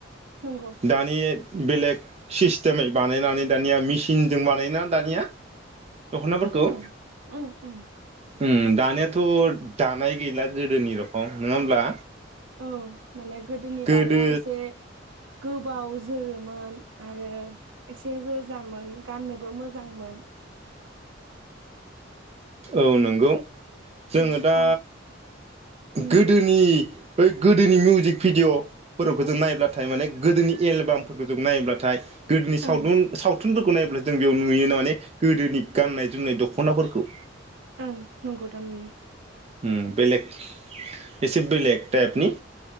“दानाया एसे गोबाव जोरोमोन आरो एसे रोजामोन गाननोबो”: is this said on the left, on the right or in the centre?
Right